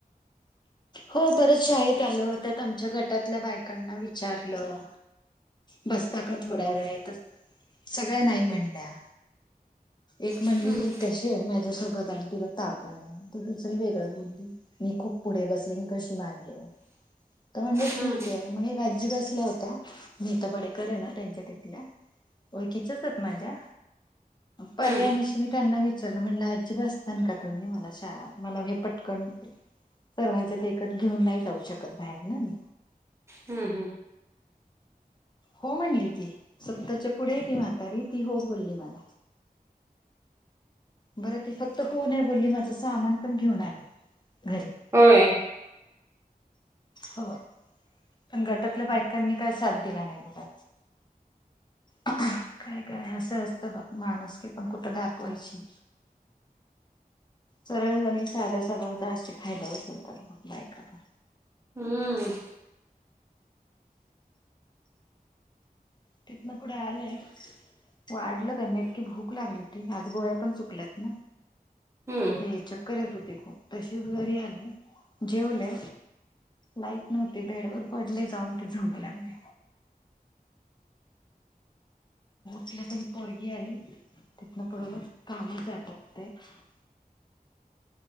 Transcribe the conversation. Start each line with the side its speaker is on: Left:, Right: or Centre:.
Left: हो परत शाळेत आलं त्यात आमच्या गटातल्या बायकांना विचारलं. बसता का थोड्या वेळ तर सगळ्या नाही म्हणल्या. एक म्हणली
Right: हम्म
Left: त्याशी माझ्या सोबत आली तिला ताप आला दुसरी वेगळ बोलली मी खूप पुढे बस कशी मानली तर म्हणलं ठीक
Right: हम्म
Left: आहे. मग एक आजी बसल्या होत्या नेहता पाडेकर आहे ना त्यांच्या तिथल्या. ओळखीच्याच हायत माझ्या. पर्यानशी
Right: हम्म
Left: मी त्यांना विचारलं म्हणलं आजी बसताना का तुम्ही मला शाळा मला हे पटकन सर्वांच्या देखत घेऊन नाही जाऊ शकत बाहेर ना मी.
Right: हम्म हम्म.
Left: हो म्हणली ती, सत्तरच्या पुढे हे ती म्हातारी ती हो बोलली मला. बरं ती फक्त हो नाय बोल्ली माझं सामान पण घेऊन आली घरी.
Right: होय.
Left: हो. पण गटातल्या बायकांनी काय साथ दिला नाही बघा. काय काय असं असत बघ माणूस की पण कुठं दाखवायची सरळजणी साध्या स्वभावाचा असे फायदा उचलतात मग बायका पण.
Right: हम्म.
Left: तिथन पुढे आलेय. वाढलं त्यांना इतकी भूक लागली होती आज गोळ्या पण चुकल्यात ना.
Right: हम्म
Left: ते चकर येथ होती खुप. तसीच घरी आले जेवले लाईट नव्हती बेडवर पडले जाऊन ते झोप लागली. चला त मही पोरगी आली तिथनं पुढ कामच जात ते <unintelligible>